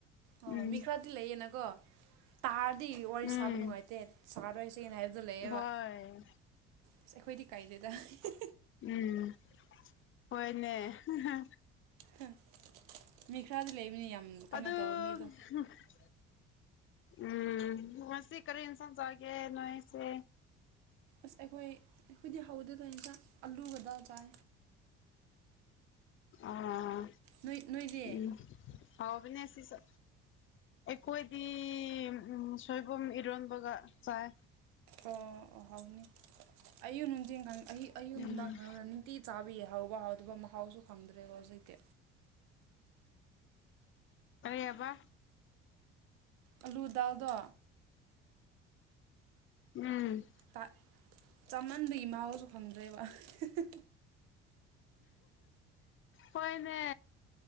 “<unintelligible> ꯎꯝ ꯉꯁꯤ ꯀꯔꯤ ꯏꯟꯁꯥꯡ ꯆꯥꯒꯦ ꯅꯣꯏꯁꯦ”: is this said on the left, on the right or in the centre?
Left